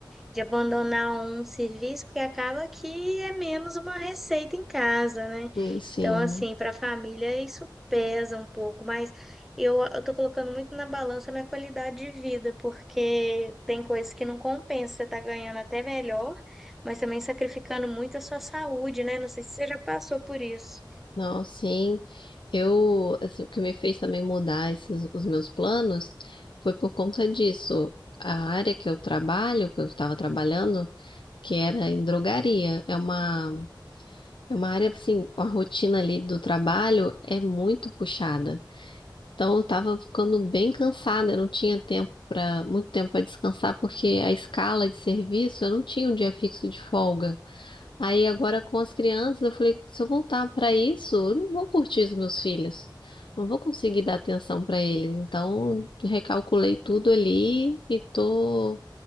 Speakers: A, in the centre; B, on the left (about 80°).
A: de abandonar um serviço, porque acaba que é menos uma receita em casa, né?
B: Hum, Sim.
A: Então, assim, para a família isso pesa um pouco, mas eu, eu tô colocando muito na balança a minha qualidade de vida, porque tem coisas que não compensa, você tá ganhando até melhor, mas também sacrificando muito a sua saúde, né? Não sei se você já passou por isso.
B: Não, sim. Eu, assim, o que me fez também mudar esses, os meus planos foi por conta disso. A área que eu trabalho, que eu estava trabalhando, que era em drogaria, é uma, é uma área, assim, a rotina ali do trabalho é muito puxada. Então, eu estava ficando bem cansada, eu não tinha tempo para, muito tempo para descansar, porque a escala de serviço, eu não tinha um dia fixo de folga. Aí agora com as crianças, eu falei, se eu voltar para isso, eu não vou curtir os meus filhos. Não vou conseguir dar atenção para eles. Então, recalculei tudo ali e tô